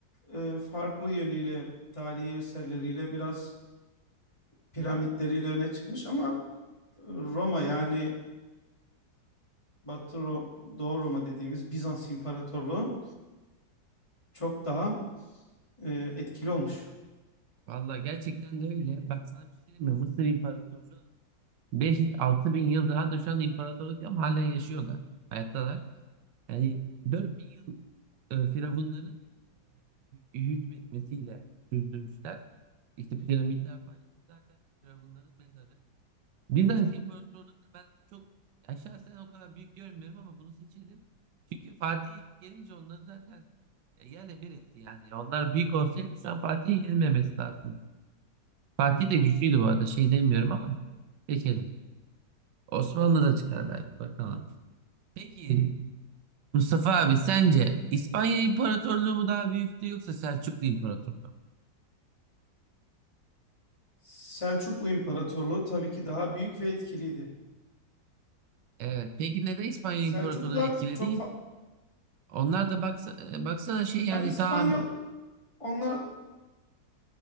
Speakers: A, on the left; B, on the right.
A: e, farklı yönüyle tarihi eserleriyle biraz piramitleriyle öne çıkmış ama e, Roma yani Batı Ro- Doğu Roma dediğimiz Bizans İmparatorluğu çok daha e, etkili olmuş.
B: vallahi gerçekten de öyle. Bak sana bir şey diyeyim mi? Mısır İmparatorluğu 5-6 bin yıl daha da şu anda imparatorluk ama halen yaşıyorlar. Hayattalar. Yani 4000 yıl e, firavunların e, hükmetmesiyle sürdürmüşler. İşte piramitler falan zaten firavunların mezarı. Bizans İmparatorluğu'nu da ben çok ya şahsen o kadar büyük görmüyorum ama bunu seçelim. Çünkü Fatih gelince onları zaten e, yerle bir etti yani. Onlar büyük olsaydı şu an Fatih'e yenilmemesi lazım. Fatih de güçlüydü bu arada şey demiyorum ama seçelim. Osmanlı da çıkar belki bakalım. Peki Mustafa abi sence İspanya İmparatorluğu mu daha büyüktü yoksa Selçuklu İmparatorluğu? mu?
A: Selçuklu İmparatorluğu tabii ki daha büyük ve etkiliydi.
B: Evet. Peki neden İspanya
A: Selçuklular
B: İmparatorluğu etkili
A: çok
B: değil?
A: fa-
B: Onlar da baksa, baksana şey yani
A: ya İspanyol
B: daha
A: onlar